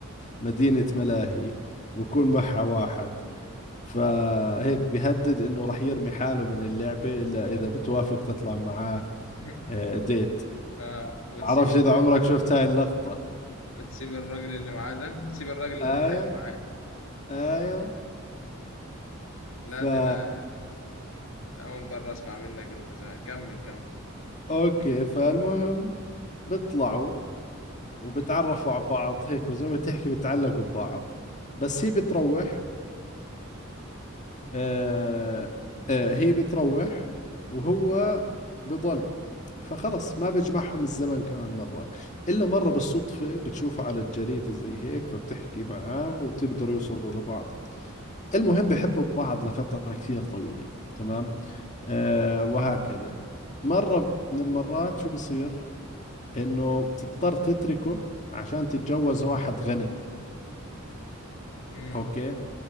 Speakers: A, on the left; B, on the left.
A: بمدينة ملاهي وكون معها واحد فهيك بيهدد انه رح يرمي حاله من اللعبة الا اذا بتوافق تطلع معاه
B: <laughs>
A: آه، ديت
B: آه وتسيب
A: بعرفش
B: ال...
A: اذا عمرك شفت هاي اللقطة
B: وتسيب الراجل اللي معاه ده وتسيب الراجل
A: ايوه
B: اللي رايح معاه
A: ايوه
B: لا
A: فا
B: ده انا اول مره اسمع منك البتاع كمل كمل
A: اوكي فالمهم بيطلعوا وبتعرفوا على بعض هيك وزي ما تحكي بتعلقوا ببعض بس هي بتروح آه آه هي بتروح وهو بضل فخلص ما بيجمعهم الزمن كمان مرة إلا مرة بالصدفة بتشوفه على الجريدة زي هيك فبتحكي معاه وبتقدروا يوصلوا لبعض المهم بحبوا بعض لفترة كثير طويلة تمام آه وهكذا مرة من المرات شو بصير إنه بتضطر تتركه عشان تتجوز واحد غني
B: امم
A: أوكي